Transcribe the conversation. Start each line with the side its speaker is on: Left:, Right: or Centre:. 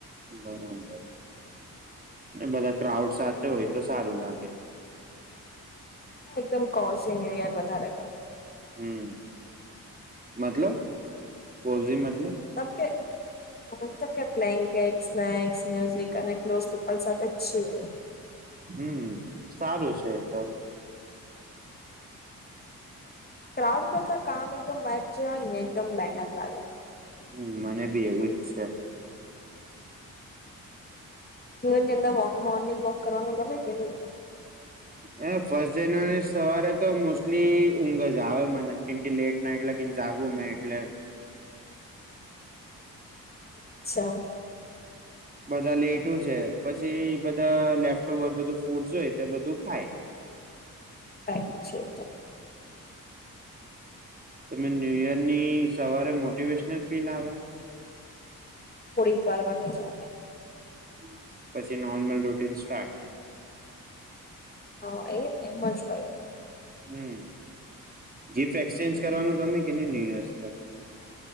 Right: બરાબર. ને બધા ક્રાઉડ સાથે હોય તો સારું લાગે. કે
Left: હા એકદમ કોશ ઈન એરિયા વધારે ગમે.
Right: હમ્મ મતલબ પોઝ ઈન માં
Left: ઓકે. હું તો કે બ્લેન્કેટ સ્નેક્સ મ્યુઝિક અને ક્લોઝ પીપલ સાથે અચ્છી હોએ.
Right: હમ્મ સારું છે એ તો.
Left: ક્રાઉડ કરતા કામ એકદમ વાઇબ જે હોય ને એકદમ બેટર લાગે.
Right: હમ્મ મને બી એવુંજ છે.
Left: <unintelligible> ની અંદર વોક મોર્નિંગ વોક કરવાનું ગમે કે નહિં?
Right: એ ફર્સ્ટ જાન્યુઆરી સવારે તો મોસ્ટલી ઊંઘ જ આવે મને કેમ કે લેટ નાઈટ લગીન જાગુ મેં એટલે
Left: અચ્છા.
Right: બધા લેટું છે પછી બધા લેફ્ટ ઓવર બધું ફૂડ જોય તે બધું ખાય.
Left: <unintelligible> છે એ તો.
Right: તમે ન્યુ યર ની સવારે મોટિવેશનલ ફીલ આવે?
Left: થોડીક વાર માટે જ આવે.
Right: હમ્મ પછી નોર્મલ રૂટીન સ્ટાર્ટ.
Left: હા એ એમજ હોય.
Right: હમ્મ ગિફ્ટ એક્સચેન્જ કરવાનું ગમે કે નહિં ન્યુ યર્સ પર?